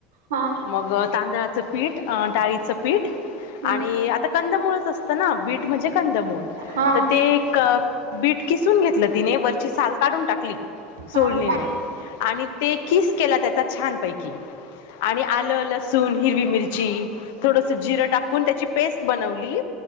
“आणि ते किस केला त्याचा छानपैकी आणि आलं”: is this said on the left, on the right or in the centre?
Left